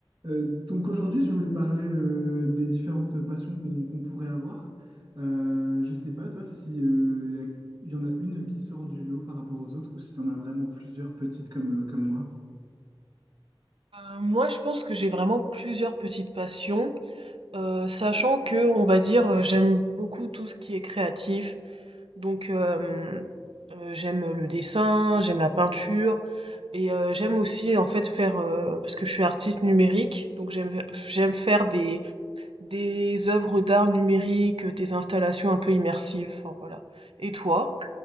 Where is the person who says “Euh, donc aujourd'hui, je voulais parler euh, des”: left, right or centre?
Right